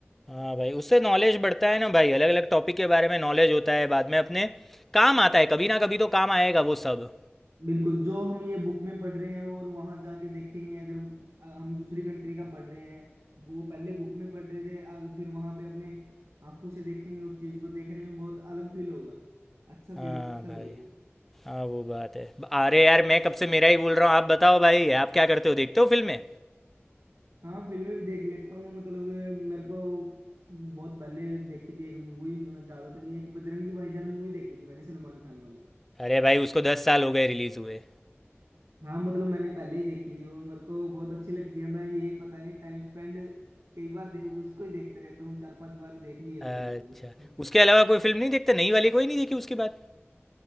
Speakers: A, in the centre; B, on the right.
A: हाँ भाई उससे नॉलेज बढ़ता है ना भाई अलग अलग टॉपिक के बारे में नॉलेज होता है बाद में अपने काम आता है कभी ना कभी तो काम आएगा वो सब
B: बिल्कुल जो हम ये बुक में पढ़ रहे हैं और वहां जाके देखेंगे अगर अ, हम दूसरी कंट्री का पढ़ रहे हैं वो पहले बुक में पढ़ रहे थे अगर फिर वहां पे अपने आंखों से देखेंगे उस चीज को देखने में बहुत अलग फील होगा अच्छा
A: हाँ
B: फील अच्छा
A: भाई
B: लगेगा
A: हाँ वो बात है अरे यार मैं कब से मेरा ही बोल रहा हूँ आप बताओ भाई आप क्या करते हो देखते हो फिल्में
B: हाँ फिल्में भी देख लेता हूँ मतलब अ, मेरे को बहुत पहले देखी थी एक मूवी ज्यादा तो नहीं एक बजरंगी भाईजान मूवी देखी थी मैंने सलमान खान वाली
A: अरे भाई उसको दस साल हो गए रिलीज़ हुए
B: हाँ मतलब मैंने पहले ही देखी थी वो मेरे को बहुत अच्छी लगती है मैं ये पता नहीं टाइम स्पेंड कई बार दे, उसको ही देखते रहता हूँ चार पांच बार देख लिए मैंने
A: अच्छा
B: वो भी <laughs>
A: उसके अलावा कोई फिल्म नहीं देखते नई वाली कोई नहीं देखी उसके बाद